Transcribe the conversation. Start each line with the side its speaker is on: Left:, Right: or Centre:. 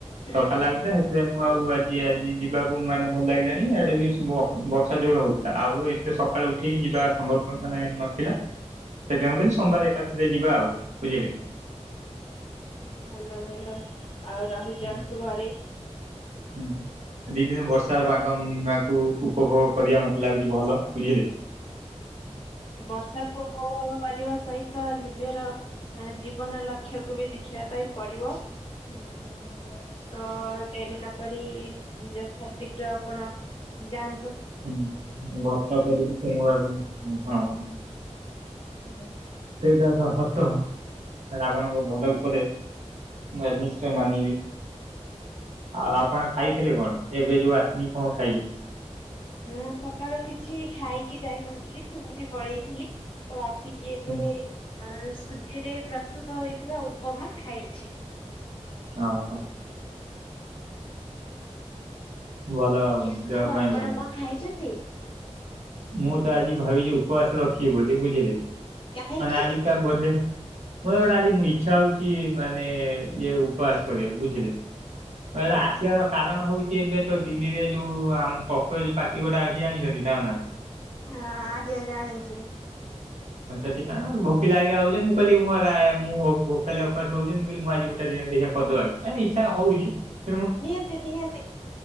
Right: ଥକା
Left: ଆଜ୍ଞା।
Right: ଲାଗୁଥିଲା ସେଥିପାଇଁ ମୁଁ ଆଉ ଆଜି ଆଜି ଯିବାକୁ ମାନେ ଭଲ ଲାଗିଲାନି ଇଆଡ଼େ ବି ବ ବର୍ଷା ଜୋର ହୋଉଥିଲା ଆଉ ଏତେ ସ ଏଠିକି ଯିବା ସମ୍ଭବ ପ୍ରଥମେ ନଥିଲା ସେଥିପାଇଁ ମୁଁ କହିଲି ସୋମବାର ଏକାଥରେ ଯିବା ଆଉ ବୁଝିଲେ ।
Left: ଭଲ ଭଲ ଆଉ ରହିଯାଆନ୍ତୁ
Right: ହୁଁ
Left: ଘରେ ।
Right: ହୁଁ । ଦି ଦିନ୍ ବର୍ଷା ପାଗ <unintelligible> ଉପଭୋଗ କରିବା ମତେ ଲାଗୁଛି ଭଲ ବୁଝିଲେ । ହ <unintelligible>
Left: ବର୍ଷା <unintelligible> ମାରିବ ସହିତ ନିଜର ଜୀବନ ଲକ୍ଷ୍ୟକୁ ବି ଦେଖିବା ପାଇଁ ପଡ଼ିବ ଉଁ ତ ଡ଼େରି ନ କରି ଯଥାଶୀଘ୍ର ଆପଣ ଯାଆ
Right: ହୁଁ ଗପ କରିବି <unintelligible> ହଁ ।
Left: ନିହାତି।
Right: ସେଇଟା ତ ହତ ରାବଣଙ୍କ ଭଲ ଉପଦେଶ । ନିଶ୍ଚୟ ମାନିବି ଆଉ ଆପଣ ଖାଇଥିଲେ କଣ? ଏବେ ଯୋଉ ଆସିକି କଣ ଖାଇଲେ?
Left: ମୁଁ ସକାଳୁ କିଛି ଖାଇକି ଯାଇନଥିଲି ସେମିତି ପଳେଇଥିଲି ତ ଆ ଆସିକି ଏବେ
Right: ହୁଁ
Left: ଆଁ ସୁଜିରେ ପ୍ରସ୍ତୁତ ହୋଇଥିବା ଉପମା ଖାଇଛି ।
Right: ଅ ହୋ । ଭଲ
Left: ଆଜ୍ଞା
Right: ଦେହ
Left: ଆଉ
Right: ପାଇଁ
Left: ଆପଣ
Right: ଭଲ।
Left: କଣ ଖାଇଚନ୍ତି?
Right: ମୁଁ ତ ଆଜି ଭାବିଛି ଉପବାସ ରଖିବି ବୋଲି ବୁଝିଲେ
Left: କାହିଁକି?
Right: ମାନେ ଆଜି କା ବୋଧେ ମୋର ଗୋଟେ ଆଜି ଇଚ୍ଛା ହଉଛି ମାନେ ଇଏ ଉପବାସ କରିବାକୁ ବୁଝିଲେ । କହିଲେ
Left: ଆଜ୍ଞା
Right: ଆସିବାର କାରଣ? ହଉଛି ଏବେ ତ ଦିଲ୍ଲୀରେ ଯୋଉ ଆମ <unintelligible> ପାର୍ଟି ଗୋଟେ ଆଇଚି ଜାଣିଚନ୍ତି ତାଙ୍କ ନା?
Left: ହଁ ଆଜ୍ଞା ଜାଣିଚୁ ।
Right: <unintelligible> ଭୋକିଲା ହେଇକା ରହୁଚନ୍ତି। କହିଲି ମୁଁ <unintelligible> ମୁଁ ଭୋକିଲା ଉପାସ ରହୁଛନ୍ତି ମୁଁ କହିଲି ମୁଁ ଆଜି ଗୋଟେ ଦିନ <unintelligible> କରିଦବା କି <unintelligible> ଇଚ୍ଛା ହଉଛି ।
Left: ନିହାତି ନିହାତି